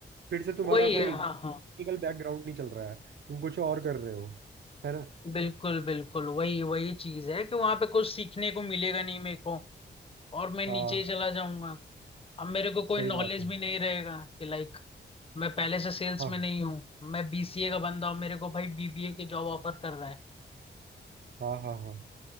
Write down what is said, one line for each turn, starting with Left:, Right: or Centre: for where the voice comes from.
Right: फिर से तुम्हारा
Left: वही
Right: कोई
Left: है
Right: टेक्निकल
Left: हाँ हाँ
Right: बैकग्राउंड नहीं चल रहा है तुम कुछ और कर रहे हो है ना
Left: बिल्कुल बिल्कुल वही वही चीज है कि वहां पे कुछ सीखने को मिलेगा नहीं मेरे को और मैं नीचे
Right: हाँ
Left: ही चला जाऊंगा अब मेरे को कोई
Right: सही
Left: नॉलेज
Right: बात है
Left: भी नहीं रहेगा कि लाइक मैं पहले से सेल्स
Right: हाँ
Left: में नहीं हूँ मैं बीसीए का बंदा हूँ मेरे को भाई बीबीए की जॉब ऑफर कर रहा है
Right: हाँ हाँ हाँ